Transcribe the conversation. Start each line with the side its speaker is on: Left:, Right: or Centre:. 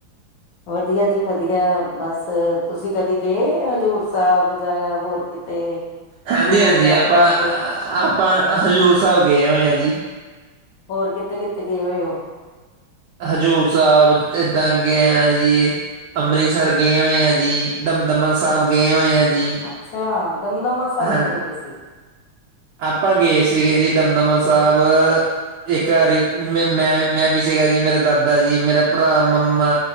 Left: ਵਧੀਆ ਜੀ ਵਧੀਆ ਬਸ ਤੁਸੀਂ ਕਦੀ ਗਏ ਹਜ਼ੂਰ ਸਾਹਿਬ ਜਾਂ ਹੋਰ ਕਿਤੇ?
Right: ਹਾਂਜੀ-ਹਾਂਜੀ,
Left: ਦੂਰ ਯਾਤਰਾ
Right: ਆਪਾਂ
Left: ਤੇ
Right: ਆਪਾਂ ਹਜ਼ੂਰ ਸਾਬ ਗਏ ਹੋਏ ਆ ਜੀ।
Left: ਹੋਰ ਕਿੱਥੇ ਕਿੱਥੇ ਗਏ ਹੋਏ ਓ?
Right: ਹਜ਼ੂਰ ਸਾਹਿਬ ਏਦਾਂ ਗਏ ਆਜੀ। ਅੰਮ੍ਰਿਸਰ ਗਏ ਹੋਏ ਆ ਜੀ, ਦਮਦਮਾ ਸਾਬ ਗਏ ਹੋਏ ਆ ਜੀ।
Left: ਅੱਛਾ, ਦਮਦਮਾ ਸਾਬ
Right: ਹਾਂ
Left: ਕਦੋਂ ਗਏ ਸੀ?
Right: ਆਪਾਂ ਗਏ ਸੀਗੇ ਜੀ ਦਮਦਮਾ ਸਾਬ ਇੱਕ ਵਾਰੀ ਮੈਂ ਮੈਂ ਮੈਂਵੀ ਸੀਗਾ ਜੀ, ਮੇਰੇ ਦਾਦਾ ਜੀ, ਮੇਰਾ ਭਰਾ, ਮੰਮਾ